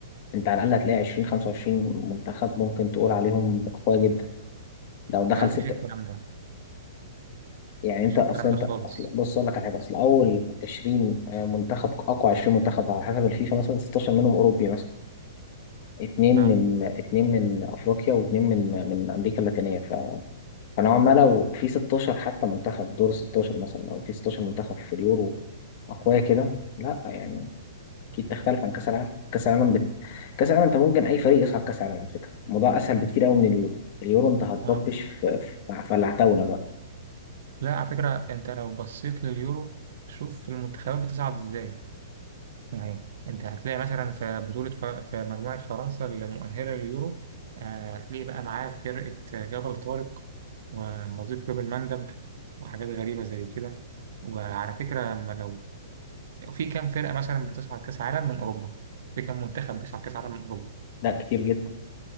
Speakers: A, on the left; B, on the right.
A: انت على الاقل هتلاقي 20 25 منتخب ممكن تقول عليهم اقوياء جدا لو دخل
B: ما فيش
A: ستة
B: الكلام ده ما
A: يعني
B: فيش
A: انت اصلا
B: الكلام ده
A: انت
B: خالص
A: اصلا بص اقول لك على حاجه اصل اول 20 منتخب اقوى 20 منتخب على حسب الفيفا مثلا 16 منهم اوروبي مثلا اثنين
B: آه.
A: من اثنين من افريقيا واثنين من من امريكا اللاتينيه فنوعا ما لو في 16 حتى منتخب دور 16 مثلا او في 16 منتخب في اليورو اقوياء كده لا يعني اكيد تختلف عن كاس العالم كاس العالم بت... كاس العالم انت ممكن اي فريق يصعد كاس العالم على فكره الموضوع اسهل بكتير قوي من اليورو اليورو انت هتضبش
B: آه.
A: في في في العتاوله بقى
B: لا على فكرة أنت لو بصيت لليورو شوف المنتخبات بتصعد إزاي يعني انت هتلاقي مثلا في بطولة ف... في مجموعة فرنسا المؤهلة لليورو آه، هتلاقي بقى معاه فرقة جبل طارق ومضيق باب المندب وحاجات غريبة زي كده وعلى فكرة لما لو في كام فرقة مثلا بتصعد كأس عالم من أوروبا في كام منتخب بيصعد كأس عالم من أوروبا
A: لا كتير جدا